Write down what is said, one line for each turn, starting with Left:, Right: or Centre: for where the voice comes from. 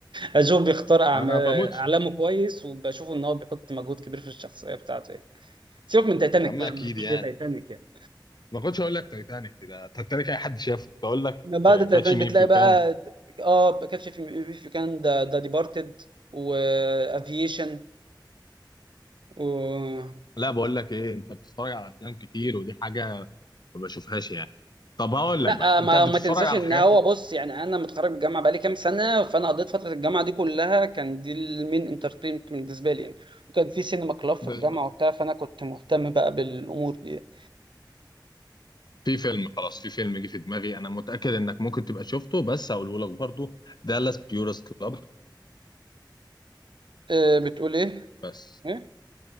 Right: اشوف بيختار أعم-
Left: انا بموت فيه.
Right: اعلامه كويس وبشوف ان هو بيحط مجهود كبير في الشخصيه بتاعته يعني سيبك من تايتانيك
Left: يا عم
Right: لا
Left: اكيد
Right: ما بعد
Left: يعني
Right: تايتانيك يعني
Left: ما كنتش هقول لك تايتانيك كده تايتانيك اي حد شافه كنت اقول لك
Right: بعد
Left: كاتش
Right: التايتانيك
Left: مي
Right: بتلاقي
Left: اف يو
Right: بقى
Left: كان
Right: اه كاتش في في كان ده ده ديبارتد وافيشن و
Left: لا بقول لك ايه انت بتتفرج على افلام كتير ودي حاجه ما بشوفهاش يعني طب هقول
Right: لا
Left: لك بقى
Right: ما
Left: انت بتتفرج
Right: ما تنساش
Left: على
Right: ان
Left: حاجات
Right: هو بص يعني انا متخرج من الجامعه بقالي كام سنه فانا قضيت فتره الجامعه دي كلها كان دي المين انترتينمنت بالنسبه لي يعني وكان في سينما كلاب في
Left: ب...
Right: الجامعه
Left: ب...
Right: وبتاع فانا كنت مهتم بقى بالامور دي يعني.
Left: في فيلم خلاص في فيلم جه في دماغي انا متاكد انك ممكن تبقى شفته بس هقوله لك برضو دالاس بيورس كلاب
Right: آه، بتقول ايه؟
Left: بس
Right: ايه؟